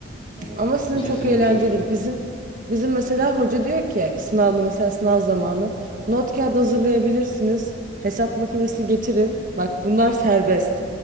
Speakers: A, on the left (about 25°); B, on the right (about 40°).
A: Evet.
B: Ama sizin
A: Geçen
B: çok
A: sene
B: eğlencelidir.
A: onu çalışıyorduk.
B: Bizim bizim mesela hoca diyor ki sınavda mesela sınav zamanı not kağıdı hazırlayabilirsiniz. Hesap makinesi getirin. Bak bunlar serbest.